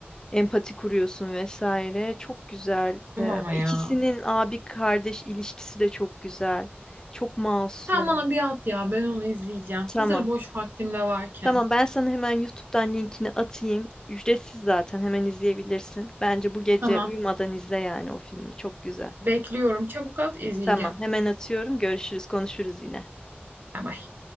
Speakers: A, on the left; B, on the right.
A: Empati kuruyorsun vesaire. Çok güzel.
B: anlattım
A: Ee,
B: ama ya.
A: ikisinin abi kardeş ilişkisi de çok güzel. Çok masum.
B: Sen bana bir at ya ben onu izleyeceğim.
A: Tamam.
B: Hazır boş vaktim de varken.
A: Tamam ben sana hemen YouTube'dan linkini atayım. Ücretsiz zaten hemen izleyebilirsin. Bence bu gece
B: Tamam
A: uyumadan izle yani o filmi. Çok güzel.
B: bekliyorum çabuk at izleyeceğim.
A: Tamam, hemen atıyorum. Görüşürüz, konuşuruz yine.
B: Bay bay.